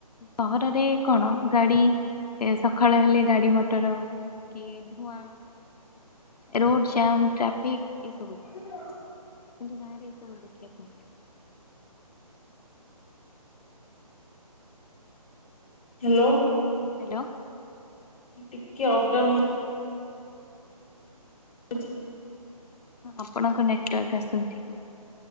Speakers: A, on the left; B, on the left.
A: ସହରରେ କଣ ଗାଡି ସଖାଳ ହେଲେ ଗାଡ଼ି ମଟର କି ଧୂଆଁ ରୋଡ ଜାମ ଟ୍ରାଫିକ
B: ହ <inaudible>
A: କିନ୍ତୁ ଗାଁ ରେ ଏ ସବୁ ଦେଖିବାକୁ ମିଳେ।
B: ହ୍ୟାଲୋ
A: ହ୍ୟାଲୋ
B: ଟିକେ ଅପ ଡାଉନ ହଏ କିଛି
A: ଆପଣଙ୍କ ନେଟୱାର୍କ ଆସୁନି ଠିକରେ,